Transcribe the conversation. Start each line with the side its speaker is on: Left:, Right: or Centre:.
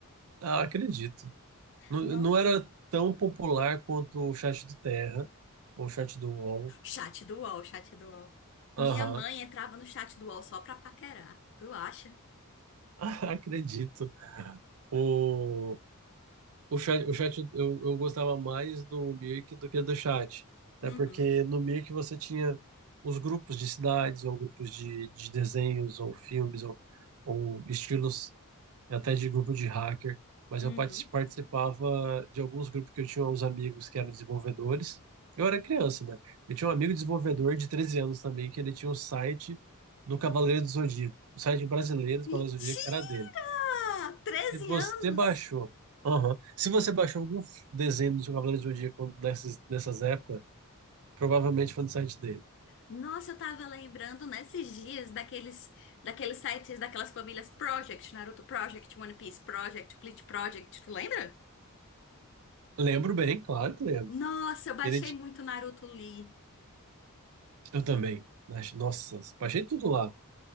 Right: Ah, acredito. Não,
Left: Nossa.
Right: não era tão popular quanto o chat do Terra, ou o chat do UOL.
Left: Chat do UOL, chat do UOL.
Right: Aham.
Left: Minha mãe
Right: <laughs>
Left: entrava no chat do UOL só pra paquerar. Tu acha?
Right: Ah, acredito. O, O chat, o chat eu, eu gostava mais do Mirk do que do chat. Até
Left: Uhum,
Right: porque no Mirk você tinha os grupos de cidades, ou grupos de, de desenhos, ou filmes, ou, ou estilos, até de grupo de hacker. Mas
Left: uhum.
Right: eu partic- participava de alguns grupos que eu tinha uns amigos que eram desenvolvedores. Eu era criança, né? Eu tinha um amigo desenvolvedor de 13 anos também, que ele tinha um site do Cavaleiro do Zodíaco. O site brasileiro do
Left: Mentira!
Right: Cavaleiro do Zodíaco era dele.
Left: 13
Right: Se você
Left: anos!
Right: baixou. Aham. Se você baixou algum f- desenho do seu Cavaleiro do Zodíaco nessas, nessas épocas, provavelmente foi no site dele.
Left: Nossa, eu tava lembrando nesses dias daqueles, daqueles sites, daquelas famílias Project, Naruto Project, One Piece Project, Bleach Project, tu lembra?
Right: Lembro bem, claro que lembro.
Left: Nossa, eu baixei
Right: Ele, di-
Left: muito Naruto Lee.
Right: eu também. Nas Nossa, baixei tudo lá.